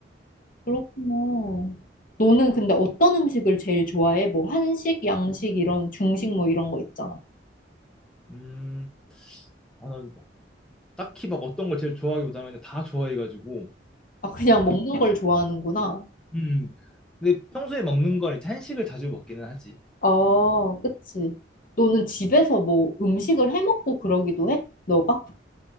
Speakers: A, on the left (about 45°); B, in the centre.
A: 그렇구나. 너는 근데 어떤 음식을 제일 좋아해? 뭐 한식, 양식 이런 중식 뭐 이런 거 있잖아.
B: 음 아, 난 딱히 막 어떤 걸 제일 좋아하기보다는 그냥 다 좋아해가지고
A: 아, 그냥
B: 워낙
A: 먹는 걸 좋아하는구나.
B: 음 근데 평소에 먹는 건 이제 한식을 자주 먹기는 하지
A: 아, 그치. 너는
B: 음.
A: 집에서 뭐 음식을 해 먹고 그러기도 해? 너가?